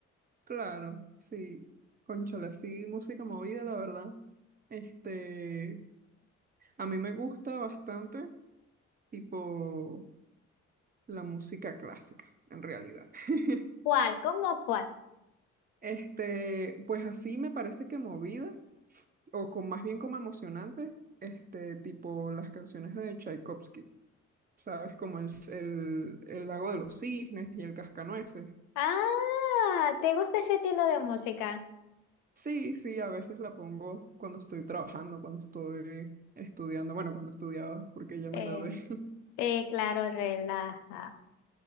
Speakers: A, on the right; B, on the left.
A: claro, sí. Cónchale, sí, música movida, la verdad. Este, a mí me gusta bastante, tipo, la música clásica, en realidad. <laughs>
B: ¿Cuál? ¿Cómo cuál?
A: Este, pues así me parece que movida, o con más bien como emocionante, este, tipo las canciones de Tchaikovsky. ¿sabes? Como el, el, el lago de los cisnes y el cascanueces.
B: Ah, ¿te gusta ese estilo de música?
A: Sí, sí, a veces la pongo cuando estoy trabajando, cuando estoy estudiando, bueno, cuando estudiaba, porque ya
B: sí,
A: me gradué. <laughs>
B: sí, claro, relaja.